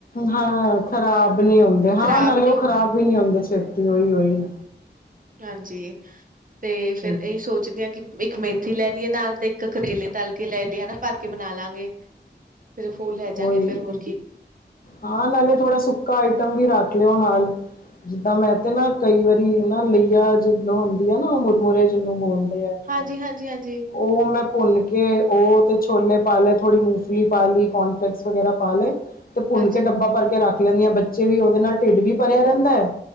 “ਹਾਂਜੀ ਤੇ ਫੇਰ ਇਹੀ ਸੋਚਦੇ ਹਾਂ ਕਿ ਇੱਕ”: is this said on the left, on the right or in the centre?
Right